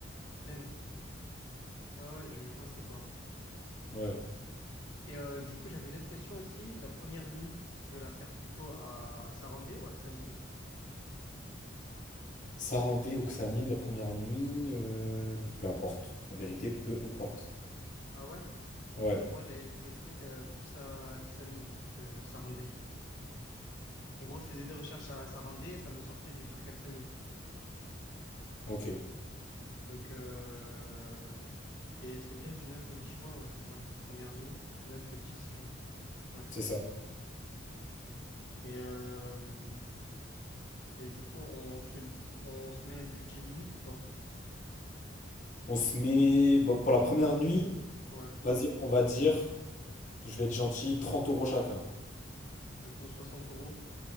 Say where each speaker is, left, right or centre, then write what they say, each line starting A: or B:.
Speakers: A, on the left; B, on the left.
A: Flemme. Ouais, ouais, je, je vois c'est quoi.
B: euh. Ouais.
A: Et euh, du coup, j'avais une autre question aussi. La première nuit, tu veux la faire plutôt à Sarandé ou à Ksamil?
B: Sarandé ou Xamil la première nuit, euh, peu importe. La vérité, peu importe.
A: Ah ouais? Parce
B: Ouais,
A: que moi, j'avais vu des trucs euh, plus à Ksamil que Sarandé. En gros, je faisais des recherches à Sarandé, et ça me sortait des trucs à Ksamil.
B: ok,
A: Donc, euh... et c'est bien du 9 au 10 juin, ouais, c'est ça. Première nuit, 9 au 10 juin. Ouais.
B: c'est ça.
A: Et euh... Et du coup, on se, on se met un budget limite ou pas?
B: On se met, bon, pour la première nuit,
A: Ouais.
B: vas-y, on va dire, je vais être gentil, 30 euros chacun.
A: Du coup, 60 euros.